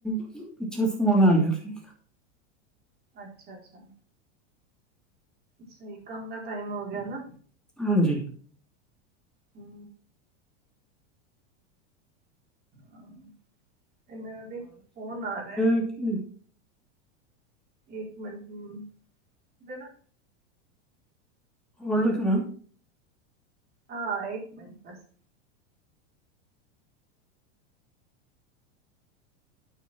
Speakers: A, in the centre; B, on the right (about 25°).
A: ਪਿਛੋਂ ਫੋਨ ਆ ਗਿਆ ਸੀ।
B: ਅੱਛਾ ਅੱਛਾ। ਸਹੀ ਕੰਮ ਦਾ ਟਾਈਮ ਹੋ ਗਿਆ ਨਾ।
A: ਹਾਂਜੀ।
B: ਹਮ। ਹਾਂ ਇਹ ਮੇਰਾ ਵੀ ਫੋਨ ਆ ਰਿਹਾ।
A: ਅੱਛਾ।
B: ਇੱਕ ਮਿੰਟ ਹਮ ਦੇਣਾ।
A: ਕੋਲ ਰੱਖਣਾ।
B: ਹਾਂ ਇੱਕ ਮਿੰਟ ਬਸ।